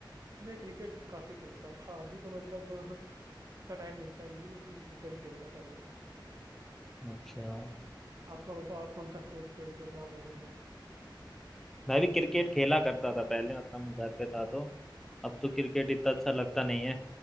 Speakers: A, on the right (about 45°); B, in the centre.
A: मैं क्रिकेट काफी खेलता था अभी तो मतलब इतना टाइम मिलता नहीं है लेकिन क्रिकेट खेलता था बहुत
B: अच्छा
A: आपका बताओ आप कौन सा स्पोर्ट खेलते हो क्या पसंद है
B: मैं भी क्रिकेट खेला करता था पहले मतलब मैं घर पे था तो अब तो क्रिकेट इतना अच्छा लगता नहीं है